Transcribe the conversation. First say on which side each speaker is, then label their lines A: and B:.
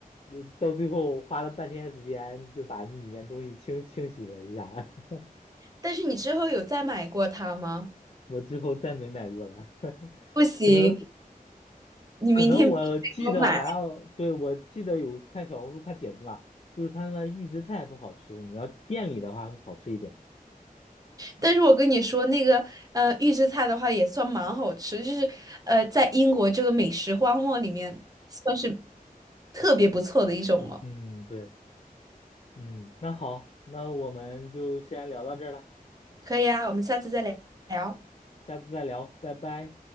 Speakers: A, on the left; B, on the right.
A: 嗯到最后花了半天时间就把里面东西清清洗了一下，<laughs>
B: <laughs> 但是你之后有再买过它吗？
A: 我之后再没买过了。<laughs>
B: 不行，
A: 可能
B: 你明天必须得给我买。
A: 可能我记得好像对我记得有看小红书看帖子嘛，就是他们预制菜不好吃，你要店里的话会好吃一点。
B: 但是我跟你说，那个呃预制菜的话也算蛮好吃，就是呃在英国这个美食荒漠里面算是特别不错的一种了。
A: 嗯，对，嗯，那好，那我们就先聊到这儿了，
B: 可以啊，我们下次再聊。
A: 下次再聊，拜拜。